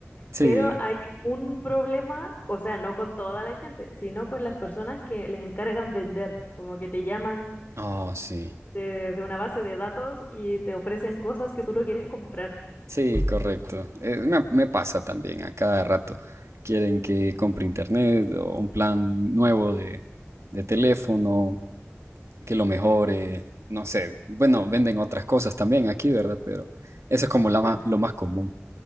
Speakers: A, on the right (about 70°); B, on the left (about 40°).
A: Sí.
B: Pero hay un problema, o sea, no con toda la gente, sino con las personas que les encargan vender, como que te llaman
A: Oh, sí.
B: de, de una base de datos y te ofrecen cosas que tú no quieres comprar.
A: Sí, correcto. Eh, me, me pasa también a cada rato. Quieren que compre internet o un plan nuevo de, de teléfono, que lo mejore. No sé, bueno, venden otras cosas también aquí, ¿verdad? Pero eso es como la
B: Claro.
A: ma- lo más común.